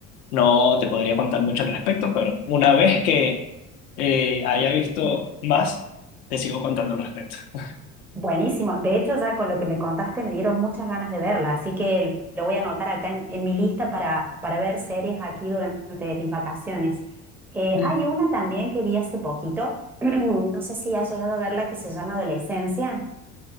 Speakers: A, on the left; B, in the centre.
A: no te podría contar mucho al respecto, pero una vez que eh, haya visto
B: <laughs>
A: más, te sigo contando al respecto. <laughs>
B: Buenísimo. De hecho, ya con lo que me contaste me dieron muchas ganas de verla, así que lo voy a anotar acá en, en mi lista para, para ver series aquí durante mis vacaciones. Eh,
A: Mm.
B: hay una también que vi hace poquito, <clears throat> no sé si has llegado a verla, que se llama Adolescencia.